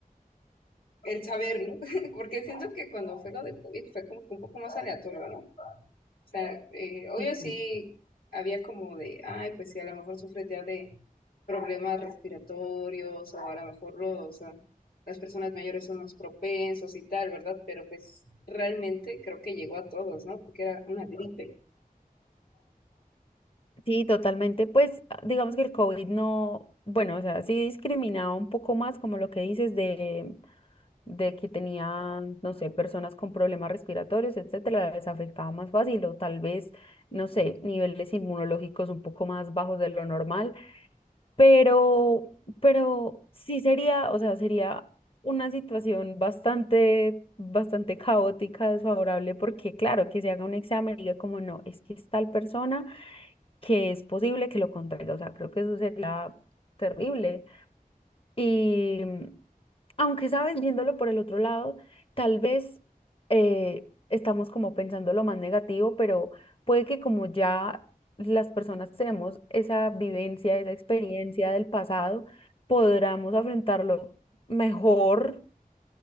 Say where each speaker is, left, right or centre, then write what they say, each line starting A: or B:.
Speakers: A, on the left; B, on the left.
A: el saber, ¿no? <laughs> Porque siento que cuando fue lo del COVID fue como que un poco más aleatorio, ¿no? O sea, eh, obvio
B: Sí,
A: sí había como de, ay, pues sí, a lo mejor sufre ya de problemas respiratorios o a lo mejor lo- o sea, las personas mayores son más propensos y tal, ¿verdad? Pero pues realmente creo que llegó a todos, ¿no? Porque era una gripe.
B: sí, totalmente. Pues ah, digamos que el COVID no, bueno, o sea, sí discriminaba un poco más como lo que dices de, de que tenía, no sé, personas con problemas respiratorios, etcétera, les afectaba más fácil o tal vez, no sé, niveles inmunológicos un poco más bajos de lo normal. Pero, pero sí sería, o sea, sería una situación bastante, bastante caótica, desfavorable, porque claro, que se haga un examen y diga como no, es que es tal persona que es posible que lo contraiga. O sea, creo que eso sería terrible. Y aunque sabes, viéndolo por el otro lado, tal vez eh, estamos como pensando lo más negativo, pero puede que como ya las personas tenemos esa vivencia, esa experiencia del pasado, podamos afrontarlo mejor